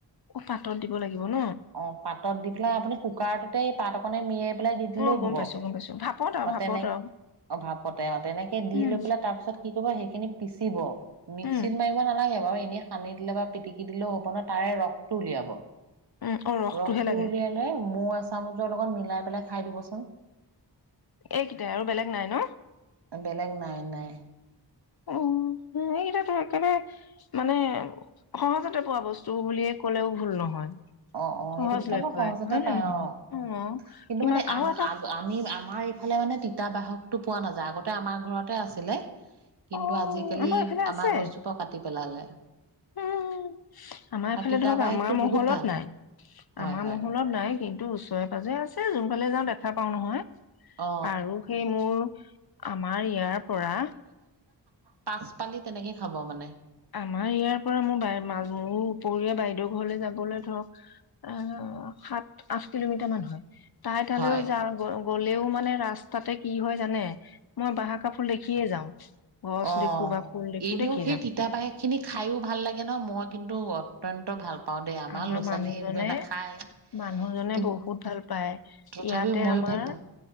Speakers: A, on the left; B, on the right.
A: অ', পাতত দিব লাগিব ন।
B: অ', পাতত দি পেলাই আপুনি কুকাৰটোতে এই পাত অকণনে মেৰিয়াই দি দিলেও
A: অ গম
B: হব।
A: পাইছো
B: অ',
A: গম পাইছো ভাপত আৰু ভাপত
B: তেনে
A: আৰু
B: অ, ভাপতে অ, তেনেকে দি
A: উম
B: লৈ পেলাই তাৰপিছত কি কৰিব সেইখিনি পিচিব, মিক্সিত
A: উম
B: মাৰিব নালাগে বাৰু এ সানি দিলে বা পিটিকি দিলেও হ'ব ন, তাৰে ৰসটো উলিয়াব।
A: উম অ ৰসটোহে
B: ৰসটো
A: লাগে
B: উলিয়ালে মৌ এচা চামুচৰ লগত মিলাই পেলাই খাই দিবচোন।
A: এইকেইটাই আৰু বেলেগ নাই ন।
B: বেলেগ নাই-নাই।
A: উম, এইকটাতো একেবাৰে মানে সহজতে পোৱা বস্তু বুলিয়ে ক'লেও ভুল নহয়।
B: অ', অ',
A: সহজলভ্য
B: সেইটো কিতাপত সহজতে
A: হয় হয় নে
B: পাই
A: নহয়
B: অ। কিন্তু
A: কিমান
B: মানে
A: আৰু
B: আম-আগ-আমি-আম
A: এটা
B: আমাৰ এইফালে মানে তিতা বাহকটো পোৱা নাযায়, আগতে আমাৰ ঘৰতে আছিলে। কিন্তু
A: অ
B: আজিকালি,
A: এইফালে আছে
B: আমাৰ গছজোপাও কাটি পেলালে।
A: <unintelligible> আমাৰ এইফালে
B: আৰু তিতা
A: ধৰক
B: বাহকটো
A: আমাৰ মহলত
B: বহুত ভাল
A: নাই।
B: হয়
A: আমাৰ
B: হয়
A: মহলত নাই কিন্তু ওচৰে পাজৰে আছে, যোন ফালে যাওঁ দেখা পাও নহয়।
B: অ
A: আৰু সেই মোৰ আমাৰ ইয়াৰ পৰা
B: পাচ পালি তেনেকে খাব মানে।
A: আমাৰ ইয়াৰ পৰা মোৰ <unintelligible> মোৰ উপৰীয়া বাইদেউৰ ঘৰলে যাবলৈ ধৰক আ, সাত আঠ কিলোমিটাৰ মান হয়। তাই তাহালেও
B: হয়
A: যাওঁ গৈ গ'লেও মানে ৰাস্তাতে কি হয় জানে? মই বাহাকাপুল দেখিয়ে যাওঁ, গছ
B: অ
A: দেখো বা ফুল দেখো,
B: এনেও
A: দেখি
B: সেই
A: যাওঁ।
B: তিতা বাহক খিনি খাইও ভাল লাগে ন মই কিন্তু অত্যন্ত ভাল পাওঁ দেই
A: আমাৰ
B: ল'ৰা
A: মানুহজনে,
B: ছোৱালী এইবোৰে নাখায়
A: মানুহজনে
B: কিন্তু
A: বহুত ভাল পায়,
B: তথাপিও
A: ইয়াতে
B: ময়ো
A: আমাৰ
B: ভাল পাওঁ